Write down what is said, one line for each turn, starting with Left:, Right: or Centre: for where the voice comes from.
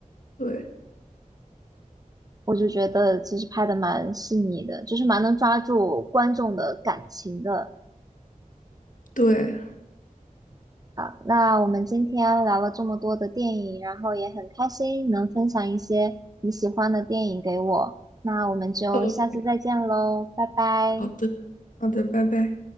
Left: 对
Right: 我就觉得其实拍的蛮细腻的，就是蛮能抓住观众的感情的。
Left: 对
Right: 好，那我们今天聊了这么多的电影，然后也很开心能分享一些你喜欢的电影给我。那我们就下次再见喽，
Left: ，OK，
Right: 拜拜。
Left: 好的好的，拜拜。